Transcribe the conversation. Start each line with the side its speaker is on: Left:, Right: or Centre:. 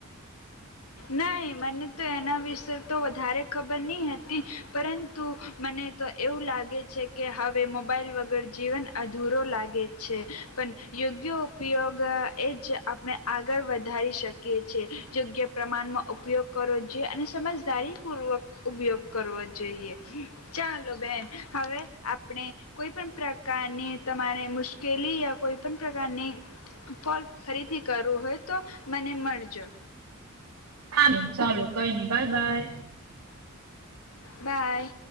Left: નહી મને તો એના વિશે તો વધારે ખબર નહી હતી, પરંતુ મને તો એવું લાગે છે કે હવે મોબાઈલ વગર જીવન અધૂરો લાગે છે, પણ યોગ્ય ઉપયોગ એ જ આપણે આગળ વધારી શકીએ છેએ, યોગ્ય પ્રમાણમાં ઉપયોગ કરવો જોઈએ અને સમજદારી પૂર્વક ઉપયોગ કરવો જોઈએ, ચાલો બેન હવે આપણે કોઈ પણ પ્રકારની તમારે મુશ્કેલી યા કોઈ પણ પ્રકારની ફોલ ફરીથી કરવું હોય તો મને મળજો.
Right: હા ચાલો કઈ નહી બાય બાય.
Left: બાય.